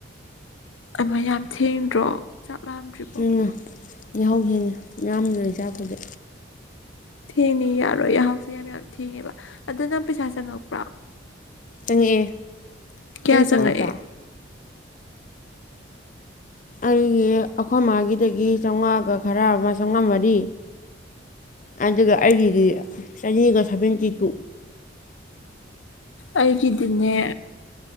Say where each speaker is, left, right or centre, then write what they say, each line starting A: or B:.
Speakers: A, on the left; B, on the left.
A: ꯑꯃ ꯌꯥꯝ ꯊꯦꯡꯗ꯭ꯔꯣ ꯆꯥꯛꯂꯝꯥꯛꯑꯝꯗ꯭ꯔꯤꯕꯣ
B: ꯊꯦꯡꯅ ꯌꯥꯍꯧ ꯍꯦ ꯌꯥꯝꯅ ꯂꯩ ꯆꯥꯛꯄꯁ
A: ꯊꯦꯡꯅꯤ ꯌꯥꯔꯣꯏ ꯌꯥꯍꯥꯎꯁꯦ ꯌꯥꯝ ꯌꯥꯝ ꯊꯦꯡꯉꯦꯕ ꯑꯗ ꯅꯪ ꯄꯩꯁꯥ ꯆꯪꯉꯛꯄ꯭ꯔꯣ
B: ꯆꯪꯉꯛꯑꯦ
A: ꯀꯌꯥ
B: ꯅꯪ ꯆꯪꯉꯛꯄ꯭ꯔꯥ
A: ꯆꯪꯉꯛꯑꯦ
B: ꯑꯩꯒꯤ ꯑꯩꯈꯣꯏ ꯃꯥꯒꯤꯗꯒꯤ ꯆꯥꯝꯃꯉꯥꯒ ꯈꯔ ꯑꯃ ꯆꯥꯝꯃꯉꯥ ꯃꯔꯤ ꯑꯗꯨꯒ ꯑꯩꯒꯤꯗꯤ ꯆꯅꯤꯒ ꯁꯚꯦꯟꯇꯤ ꯇꯨ
A: ꯑꯩꯒꯤꯗꯤꯅꯦ